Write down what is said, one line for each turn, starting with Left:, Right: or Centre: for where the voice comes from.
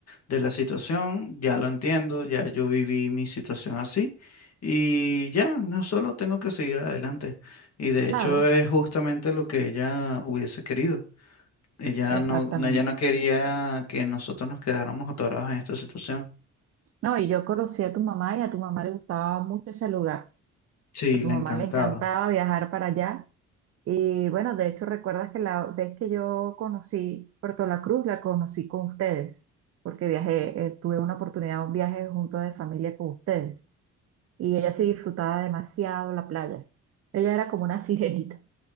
Left: de la situación, ya lo entiendo, ya yo viví mi situación así y ya, no solo tengo que seguir adelante. Y de
Right: Claro,
Left: hecho es justamente lo que ella hubiese querido. Ella
Right: exactamente.
Left: no, no- ella no quería que nosotros nos quedáramos atorados en esta situación.
Right: No, y yo conocí a tu mamá y a tu mamá le gustaba mucho ese lugar.
Left: Sí,
Right: A tu
Left: le
Right: mamá
Left: encantaba.
Right: le encantaba viajar para allá. Y bueno, de hecho, recuerdas que la vez que yo conocí Puerto La Cruz, la conocí con ustedes, porque viajé, eh, tuve una oportunidad, un viaje junto de familia con ustedes. Y ella sí disfrutaba demasiado la playa. Ella era como una <laughs> sirenita.